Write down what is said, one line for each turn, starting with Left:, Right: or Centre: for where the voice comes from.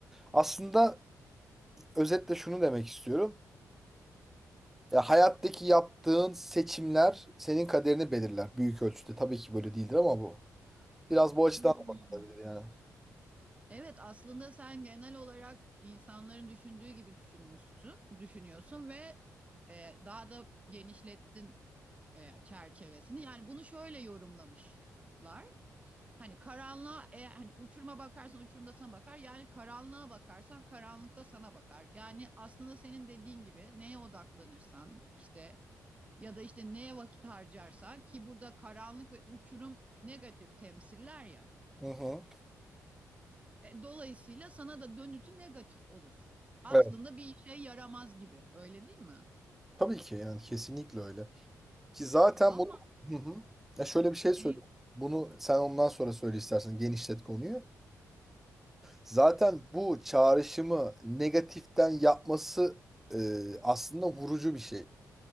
Centre: Aslında özetle şunu demek istiyorum. Ya hayattaki yaptığın seçimler senin kaderini belirler büyük ölçüde. Tabii ki böyle değildir ama bu. Biraz bu açıdan
Right: Hmm.
Centre: da bakılabilir yani.
Right: Evet, aslında sen genel olarak insanların düşündüğü gibi düşünmüşsün, düşünüyorsun ve e, daha da genişlettin e, çerçevesini. Yani bunu şöyle yorumlamışlar. Hani karanlığa, e, hani uçuruma bakarsan uçurumda sana bakar. Yani karanlığa bakarsan karanlıkta sana bakar. Yani aslında senin dediğin gibi neye odaklanırsan işte ya da işte neye vakit harcarsan ki burada karanlık ve uçurum negatif temsiller ya.
Centre: Hı hı.
Right: E, dolayısıyla sana da dönütü negatif olur. Aslında
Centre: Evet.
Right: bir işe yaramaz gibi. Öyle değil mi?
Centre: Tabii ki yani kesinlikle öyle. Ki zaten
Right: Ama
Centre: bunu hı hı. Ya şöyle bir şey söyleyeyim.
Right: e,
Centre: Bunu sen ondan sonra söyle istersen genişlet konuyu. Zaten bu çağrışımı negatiften yapması e, aslında vurucu bir şey.